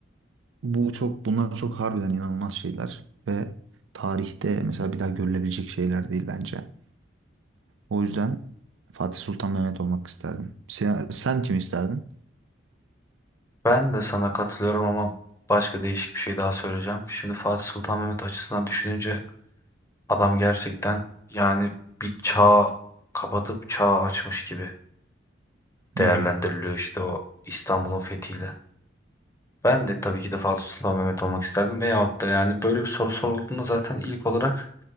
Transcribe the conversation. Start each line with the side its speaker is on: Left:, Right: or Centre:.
Right: Bu çok bunlar çok harbiden inanılmaz şeyler ve tarihte mesela bir daha görülebilecek şeyler değil bence. O yüzden Fatih Sultan Mehmet olmak isterdim. Sen, sen kim isterdin?
Left: Ben de sana katılıyorum ama başka değişik bir şey daha söyleyeceğim. Şimdi Fatih Sultan Mehmet açısından düşününce adam gerçekten yani bir çağ kapatıp çağ açmış gibi değerlendiriliyor
Right: Hı hı.
Left: işte o İstanbul'un fethiyle. Ben de tabii ki de Fatih Sultan Mehmet olmak isterdim. Veyahut da yani böyle bir soru sorulduğunda zaten ilk olarak